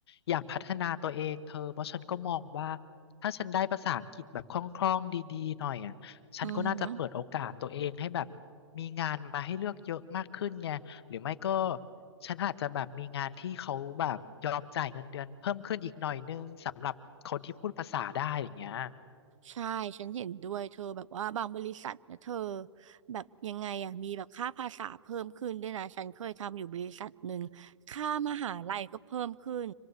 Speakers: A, on the left; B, on the right.
A: อยากพัฒนาตัวเองเธอเพราะฉันก็มองว่าถ้าฉันได้ภาษาอังกฤษแบบคล่องๆดีๆหน่อยอ่ะฉันก็น่าจะเปิดโอกาสตัวเองให้แบบ
B: อือหือ
A: มีงานมาให้เลือกเยอะมากขึ้นไงหรือไม่ก็ฉันอาจจะแบบมีงานที่เขาแบบยอมจ่ายเงินเดือนเพิ่มขึ้นอีกหน่อยนึงสำหรับคนที่พูดภาษาได้อย่างเงี้ย
B: ใช่ฉันเห็นด้วยเธอแบบว่าบางบริษัทนะเธอแบบยังไงอ่ะมีแบบค่าภาษาเพิ่มขึ้นด้วยนะฉันเคยทำอยู่บริษัทหนึ่งค่ามหาลัยก็เพิ่มขึ้น